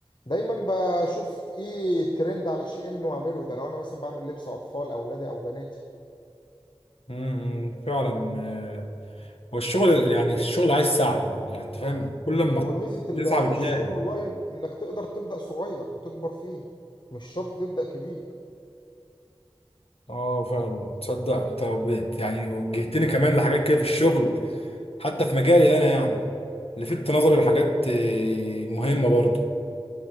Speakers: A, on the left; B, on the left.
A: دايما بشوف ايه الترند على شيء انه اعمله ده لو انا مثلا بعمل لبس اطفال اولادي او بناتي
B: امم فعلا آه، هو الشغل يعني الشغل عايز سعي يعني انت فاهم كل ما
A: وميزة ال-
B: تسعى
A: الشغل
B: بتلاقي
A: اونلاين انك تقدر تبدأ صغير وتكبر فيه مش شرط تبدأ كبير
B: اه فعلا تصدق انت بت- يعني وجهتني كمان لحاجات كده في الشغل حتى في مجالي انا يعني لفت نظري لحاجات آه، مهمة برضه